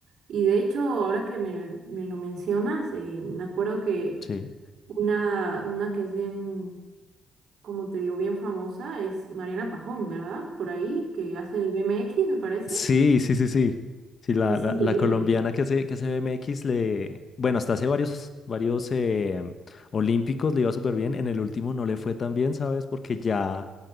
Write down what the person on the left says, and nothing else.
Sí.
Sí, sí, sí, sí. Sí, la,
la,
la colombiana que hace, que hace BMX le, bueno, hasta hace varios, varios eh, olímpicos le iba súper bien. En el último no le fue tan bien, ¿sabes? Porque ya,